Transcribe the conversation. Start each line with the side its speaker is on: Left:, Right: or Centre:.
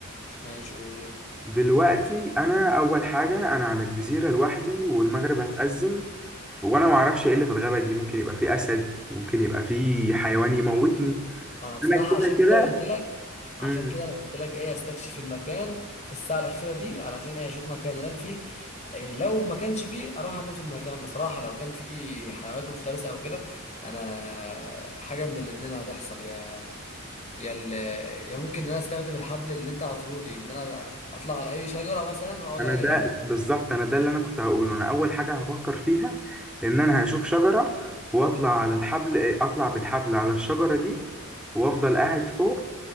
Left: ماشي قول يلا
Centre: دلوقتي أنا أول حاجة أنا على الجزيرة لوحدي والمغرب هتأذن ف- وأنا معرفش إيه اللي في الغابة دي ممكن يبقى فيه أسد ممكن يبقى فيه حيوان يموتني
Left: انا بصراحه
Centre: أنا كده
Left: عشان كده
Centre: كده
Left: قلت لك عشان
Centre: مم.
Left: كده انا قلت لك ايه استكشف المكان في الساعه الاخيره دي علشان ايه اشوف مكان انام فيه إيه لو ما كانش فيه اروح انام في المكان بصراحه لو كان فيه حيوانات مفترسه او كده انا حاجه من الاتنين هتحصل يا يا ال... يا ممكن ان انا استخدم الحبل اللي انت عطولي ان انا اطلع على اي شجره مثلا واقعد
Centre: انا
Left: عليها
Centre: ده بالظبط انا ده اللي انا كنت هقوله انا اول حاجه هفكر فيها ان انا هشوف شجره واطلع على الحبل إيه، اطلع بالحبل على الشجره دي وافضل قاعد فوق